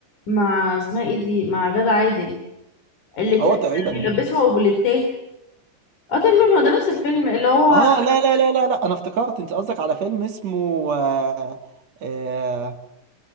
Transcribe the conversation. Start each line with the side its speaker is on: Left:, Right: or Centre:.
Left: مع اسمها ايه دي مع غادة عادل اللي كان
Right: هو تقريبا
Left: بيلبسها اوبليتات اه تقريبا هو ده نفس الفيلم اللي هو
Right: اه لا لا لا لا لا انا افتكرت انت قصدك على فيلم اسمه آه آه